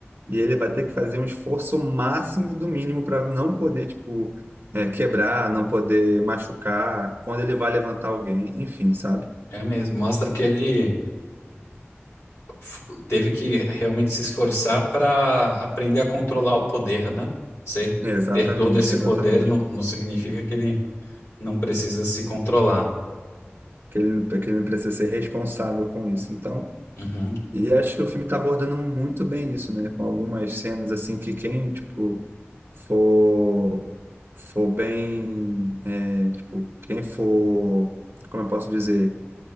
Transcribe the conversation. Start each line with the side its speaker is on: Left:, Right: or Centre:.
Right: e ele vai ter que fazer um esforço máximo do mínimo para não poder, tipo, é, quebrar, não poder machucar, quando ele vai levantar alguém, enfim, sabe?
Left: É mesmo, mostra que ele f- teve que realmente se esforçar para aprender a controlar o poder, né? Você
Right: Exatamente,
Left: ter todo esse
Right: exatamente.
Left: poder não, não significa que ele não precisa se controlar.
Right: Que ele, que ele não precisa ser responsável com isso. Então,
Left: Uhum,
Right: e acho que o filme está abordando muito bem isso, né? Com algumas cenas, assim, que quem, tipo, for, for bem, é, tipo, quem for, como eu posso dizer?